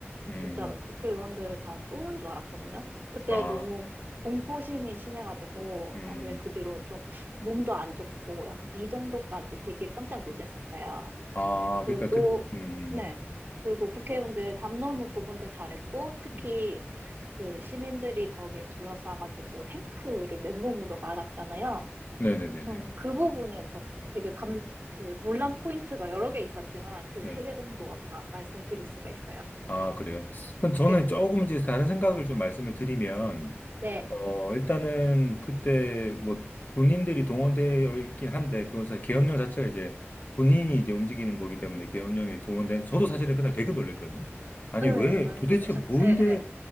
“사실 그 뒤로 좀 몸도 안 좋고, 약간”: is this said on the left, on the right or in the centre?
Right